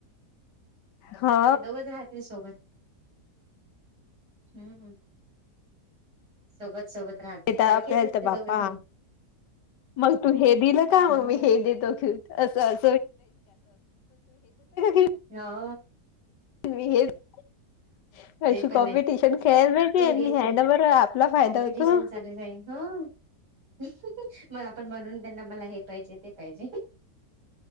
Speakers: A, on the left (about 80°); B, on the right (about 70°).
A: हा
B: ते दोघच राहततील सोबत हम्म सोबत सोबत राहत
A: येत
B: सारखीचेत
A: आपल्याला
B: आहेत
A: तर
B: ते
A: बापा
B: दोघ जण
A: मग तू हे दिलं का
B: हो
A: मग मी हे देतो घे असं <unintelligible>
B: हा,
A: <unintelligible>
B: ते
A: अशी
B: पण
A: कॉम्पिटिशन
B: आहे
A: खेळाला म्हणजे,
B: तू घे
A: या
B: तू
A: ना बरं आपला फायदा
B: कॉम्पिटिशन
A: होतो.
B: चालू हो <unintelligible> मग आपण बनवून त्यांना, मला हे पाहिजे, ते पाहिजे,